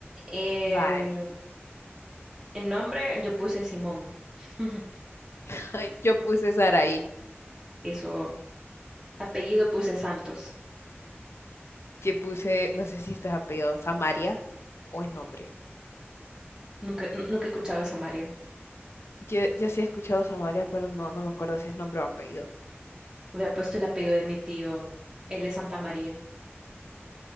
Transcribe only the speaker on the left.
Vale.
<laughs> Yo puse Saraí.
Yo puse, no sé si este es apellido, Samaria o es nombre.
Yo, yo sí he escuchado Samaria, pero no, no me acuerdo si es nombre o apellido.